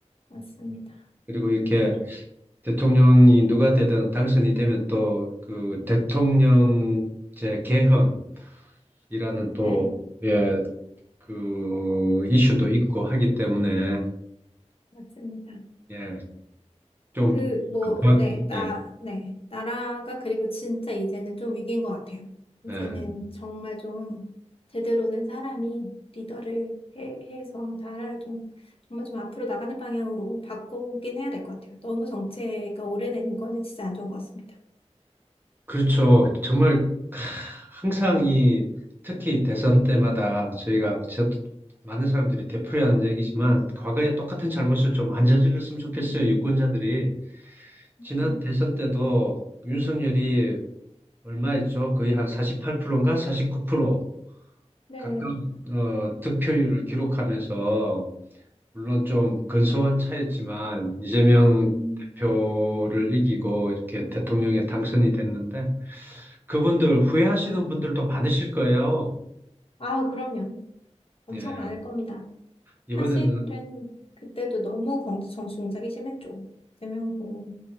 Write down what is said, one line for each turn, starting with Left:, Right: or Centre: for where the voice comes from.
Left: 맞습니다.
Right: 그리고 이렇게
Left: 이게
Right: 대통령이 누가 되든 당선이 되면 또 그 대통령제 개헌 이라는 또,
Left: 네
Right: 예, 그, 이슈도 있고 하기 때문에,
Left: 맞습니다.
Right: 예, 좀,
Left: 그 뭐
Right: 막,
Left: 네 나
Right: 예,
Left: 네 나라가 그리고 진짜 이제는 좀 위기인 것 같아요. 이제는
Right: 예.
Left: 정말 좀 제대로 된 사람이 리더를 해, 해서 나라를 좀 정말 좀 앞으로 나가는 방향으로 바꾸긴 해야 될 것 같아요. 너무 정체가 오래되는 거는 진짜 안 좋은 것 같습니다.
Right: 그렇죠. 정말, 캬, 항상 이, 특히 대선 때마다 저희가, 저, 많은 사람들이 되풀이하는 얘기지만, 과거에 똑같은 잘못을 좀 안 저질렀으면 좋겠어요, 유권자들이. 지난
Left: 음,
Right: 대선 때도 윤석열이 얼마였죠? 거의 한 48%인가? 49%
Left: 네.
Right: 가까운, 어, 득표율을 기록하면서, 물론 좀 근소한 차였지만 이재명
Left: 음.
Right: 대표를 이기고 이렇게 대통령에 당선이 됐는데 그분들 후회하시는 분들도 많으실 거예요.
Left: 아우 그럼요. 엄청
Right: 예,
Left: 많을 겁니다.
Right: 이번에는
Left: 사실은 그때도 너무 정- 정치 공작이 심했죠. 이재명 후보.